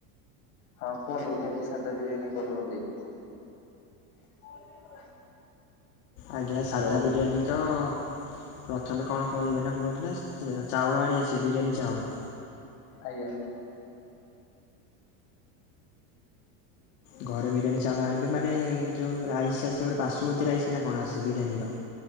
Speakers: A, on the left; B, on the left.
A: ହଁ କୁହନ୍ତୁ କେମିତି ସାଧା ବିରିୟାନୀ କରୁଚନ୍ତି। <inaudible>
B: ଆଜ୍ଞା
A: ହ୍ୟାଲୋ
B: ସାଧା ବିରିୟାନୀ ତ ପ୍ରଥମେ କଣ କୁହନ୍ତିି କବେ ନା କୁହନ୍ତୀ ନା ଚାଉଳ ଆଣି ଆସିବେ ବିରିୟାନୀ ଚାଉଳ।
A: ଆଜ୍ଞା।
B: ଘରେ ବିରିୟାନୀ ଚାଉଳ ଆଣିବେ ମାନେ ଯୋଉ ରାଇସ୍ ଆସେ ଗୋଟେ ବାସୁମତୀ ରାଇସ୍ ନା କଣ ଆସେ ବିରିୟାନୀର।